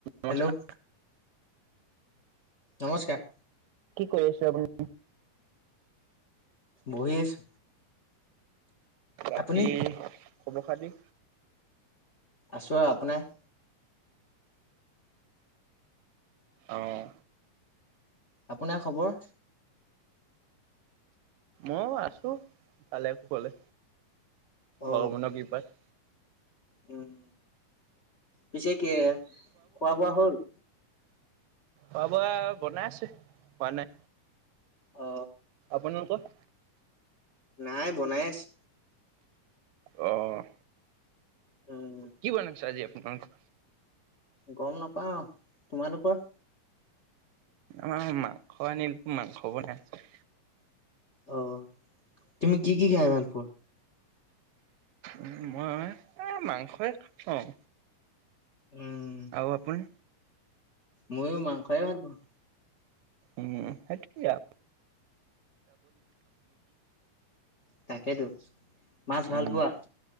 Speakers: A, on the right; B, on the left.
A: নমস্কাৰ।
B: হেল্ল'- নমস্কাৰ।
A: কি কৰি আছে আপুনি?
B: বহিআছো।
A: বাকী
B: আপুনি?
A: খবৰ খাতি।
B: আছো আৰু আপোনাৰ?
A: অ'।
B: আপোনাৰ খবৰ?
A: ময়ো আছো ভালে কুশলে।
B: অ
A: ভগৱানৰ কৃপাত।
B: উম পিছে কি খোৱা বোৱা হ'ল?
A: হ'ব আৰু বনাই আছে। হোৱা নাই।
B: অ
A: আপোনালোকৰ?
B: নাই বনাই আছে।
A: অ'।
B: উম
A: কি বনাইছে আজি আপোনালোকৰ?
B: গম নাপাওঁ। তোমালোকৰ?
A: আমাৰ মাংস আনিলো মাংস বনাইছো।
B: অ' তুমি কি কি খাই ভাল পোৱা।
A: উম মই এই মাংসই খাওঁ।
B: উম।
A: আৰু আপুনি?
B: ময়ো মাংসই ভাল পাওঁ।
A: উম সেইটোৱে আ।
B: তাকেইটো মাছ ভাল
A: উম।
B: পোৱা?